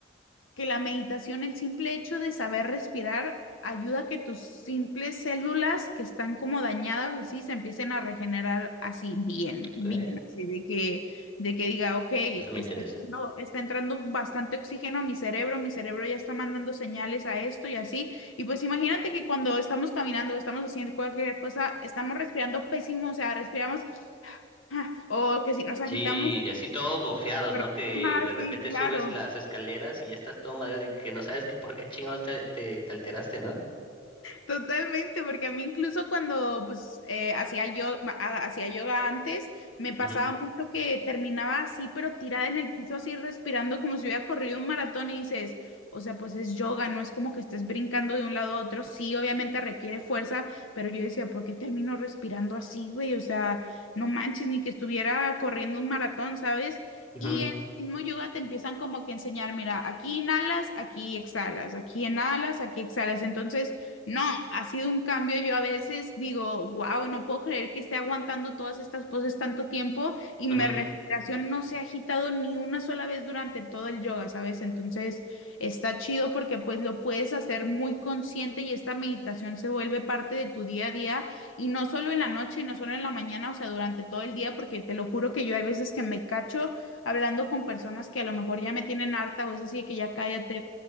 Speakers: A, on the left; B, on the left.
A: que la meditación, el simple hecho de saber respirar, ayuda a que tus simples células que están como dañadas así se empiecen a regenerar así bien,
B: ok,
A: bien, así de que, de que diga, ok, está
B: eso me interesa.
A: entrando, está entrando bastante oxígeno a mi cerebro, mi cerebro ya está mandando señales a esto y así. Y pues imagínate que cuando estamos caminando, estamos haciendo cualquier cosa, estamos respirando pésimo, o sea, respiramos, ah, o que si nos agitamos,
B: Sí, y así todos bofeados,
A: pero,
B: ¿no? Que
A: ah,
B: de repente
A: sí, claro.
B: subes las escaleras y ya estás todo madreado y que no sabes que por qué chingados te, te te alteraste, ¿no?
A: Totalmente, porque a mí incluso cuando pues eh, hacía yo ha- hacía yoga antes, me pasaba
B: Ujú,
A: mucho que terminaba así, pero tirada en el piso, así respirando como si hubiera corrido un maratón y dices, o sea, pues es yoga, no es como que estés brincando de un lado a otro, sí, obviamente requiere fuerza, pero yo decía, ¿por qué termino respirando así, güey? O sea, no manches, ni que estuviera corriendo un maratón, ¿sabes?
B: ujú,
A: Y en el mismo yoga te empiezan como que a enseñar, mira, aquí inhalas, aquí exhalas, aquí inhalas, aquí exhalas, entonces no, ha sido un cambio. Yo a veces digo, wow, no puedo creer que esté aguantando todas estas poses tanto tiempo y
B: ujú.
A: mi respiración no se ha agitado ni una sola vez durante todo el yoga, ¿sabes? Entonces está chido porque pues lo puedes hacer muy consciente y esta meditación se vuelve parte de tu día a día y no solo en la noche y no solo en la mañana, o sea, durante todo el día, porque te lo juro que yo hay veces que me cacho hablando con personas que a lo mejor ya me tienen harta o es así de que ya cállate